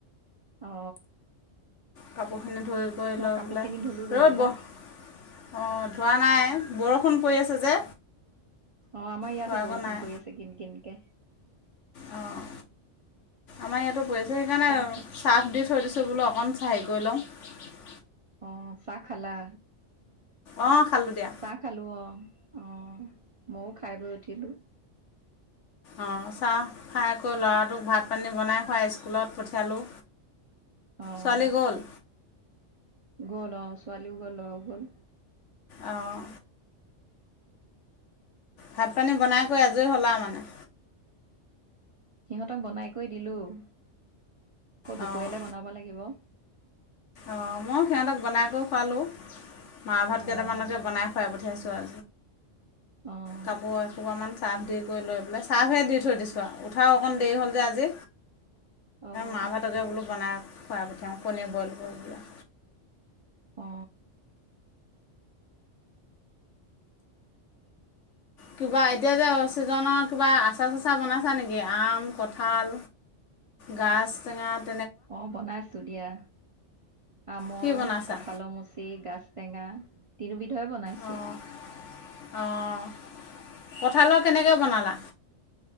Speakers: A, on the right (about 45°); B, on the left (about 75°).
A: অ
B: কাপোৰখিনি ধুই কৰি
A: মই
B: লৈ
A: কাপোৰ
B: পেলাই
A: খিনি ধুলো যেনিবা।
B: ৰ'দ বহ অঁ ধোৱা নাই। বৰষুণ পৰি আছে যে
A: অ আমাৰ ইয়াতো
B: ধোৱাগৈ
A: বৰষুণ
B: নাই
A: পৰি আছে কিন কিনকে।
B: অঁ আমাৰ ইয়াতো পৰি আছে সেইকাৰণে
A: চাহ খা
B: চাৰ্ফ দি থৈ দিছোঁ বোলো অকণ চাহি কৰি লওঁ।
A: অ চাহ খালা
B: অঁ খালোঁ দিয়া
A: চাহ খালো অ। অ মইও খাই বৈ উঠিলো।
B: অঁ চাহ খাইকৈ ল'ৰাটোক ভাত পানী বনাই খোৱাই স্কুলত পঠিয়ালোঁ।
A: অ'
B: ছোৱালী গ'ল।
A: গ'ল অ ছোৱালী উও গ'ল লৰা ও গ'ল।
B: আহঁ ভাত পানী বনাই কৰি আজৰি হল আও মানে
A: সিহঁতক বনাই কৰি দিলো আকৌ দুপৰীয়ালৈ
B: অঁ
A: বনাব লাগিব।
B: অঁ মই সিহঁতক বনাই কৰি খোৱালোঁ মাহ ভাত
A: অ'
B: কেইটামানকে বনাই খুৱাই পঠিয়াইছোঁ। আ
A: অ'
B: কাপোৰ এসোপামান চাহফ দি কৰি লৈ পেলাই চাৰ্ফে দি থৈ দিছোঁ আৰু উঠাও। অকণ দেৰি হ'ল যে আজি
A: অ'
B: মাহ ভাতকে বোলো বনাই খুৱাই পঠিয়াওঁ কণীয়ে বইল কৰি। পেলাই
A: অ
B: কিবা এতিয়া যে ছিজনৰ কিবা আচা চাচা বনাইছা নেকি আম, কঁঠাল। গাছ টেঙাত।
A: অ বনাইছো দিয়া। আমৰ
B: কি বনাইছা
A: কঠালৰ মুচি গাাজ টেঙা তিন বিধে বনাইছো।
B: অঁ অঁ কঁঠালৰ কেনেকৈ বনালা।